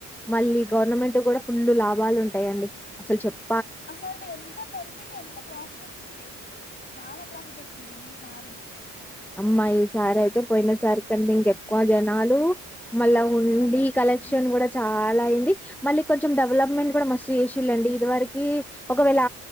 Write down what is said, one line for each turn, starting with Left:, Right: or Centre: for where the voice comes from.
Centre: మళ్ళీ గవర్నమెంట్ కూడా ఫుల్ల్ లాభాలు ఉంటాయండి అసలు చెప్ప
Left: అసలు ఎంత బెనిఫిట్ ఎంత ప్రాఫిట్ వచ్చింది చాలా ప్రాఫిట్ వచ్చింది ఈసారి అయితే
Centre: అమ్మా ఈసారి అయితే పోయిన సారి కంటే ఇంకెక్కువ జనాలు
Left: చాలా
Centre: మళ్ళా
Left: జనాలు
Centre: ఉండి కలెక్షన్
Left: ఉమ్,
Centre: కూడా చాల చాల అయింది మళ్ళీ కొంచెం డెవలప్మెంట్ కూడా మస్తు చేసిళ్ళండి ఇది వరకి ఒకవేళ